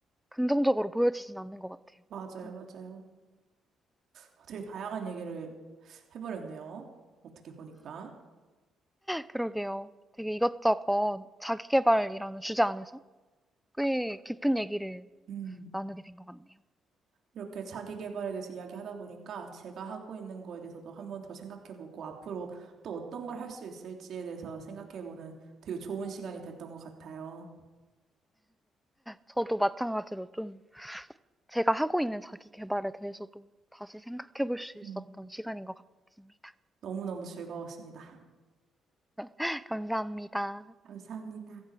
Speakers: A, in the centre; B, on the right.
A: 긍정적으로 보여지진 않는 것 같아요.
B: 맞아요,
A: 음.
B: 맞아요. 어, 되게 다양한 얘기를 해버렸네요. 어떻게 보니까.
A: 그러게요. 되게 이것저것 자기계발이라는 주제 안에서 꽤 깊은 얘기를
B: 음.
A: 나누게 된 것 같네요.
B: 이렇게 자기 개발에 대해서 이야기하다 보니까 제가 하고 있는 거에 대해서도 한번 더 생각해보고 앞으로 또 어떤 걸 할 수 있을지에 대해서 생각해보는 되게 좋은 시간이 됐던 것 같아요.
A: 저도 마찬가지로 좀 제가 하고 있는 자기계발에 대해서도 다시 생각해 볼 수 있었던
B: 음.
A: 시간인 것 같습니다.
B: 너무너무 즐거웠습니다.
A: <laughs> 감사합니다.
B: 감사합니다.